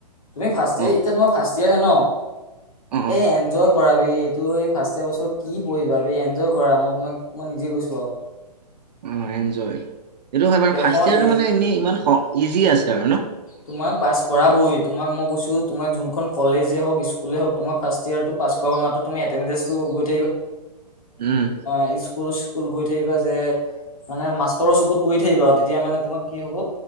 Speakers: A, on the left; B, on the right.
A: তুমি ফাষ্ট ইয়াৰ
B: অ',
A: এতিয়া তোমাৰ ফাষ্ট ইয়াৰ হে ন?
B: অ', অ',
A: এ এনজয় কৰা বে এইটো এই ফাষ্ট ইয়াৰ বছৰ কি পঢ়িবা বে এনজয় কৰা মই তোমাক মই নিজে কৈছো আও।
B: উম, এনজয় এইটো হয় বাৰু
A: কিয়
B: ফাৰ্ষ্ট
A: কওঁ
B: ইয়েৰটো
A: এই
B: মানে এনে ইমান সহ ইজি আছে আৰু ন'।
A: তোমাক পাছ কৰাবই তোমাক মই কৈছো তোমাৰ যোনখন কলেজে হওক, স্কুলে হওক তোমাৰ ফাৰ্ষ্ট ইয়াৰটো পাচ কৰাব মাত্ৰ তুমি এটেনডেন্সটো গৈ
B: উম,
A: <unintelligible> কুল গৈ থাকিবা যে মানে মাষ্টৰৰ চকুত পৰি থাকিবা আৰু তেতিয়া মানে তোমাৰ কি হ'ব